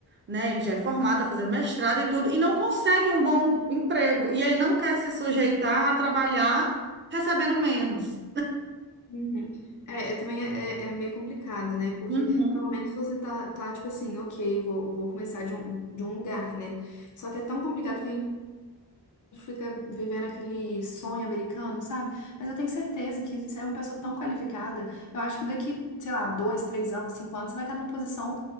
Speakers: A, on the right; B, on the left.
A: né? Ele já é formado, tá fazendo mestrado e tudo, e não consegue um bom emprego. E ele não quer se sujeitar a trabalhar recebendo menos.
B: Uhum. É, é também é, é é meio complicado, né? Porque
A: Uhum.
B: pelo menos você tá, tá tipo assim, ok, vou, vou começar de um, de um lugar, né? Só que é tão complicado que a gente fica vivendo aquele sonho americano, sabe? Mas eu tenho certeza que você é uma pessoa tão qualificada, eu acho que daqui, sei lá, dois, três anos, cinco anos, você vai estar numa posição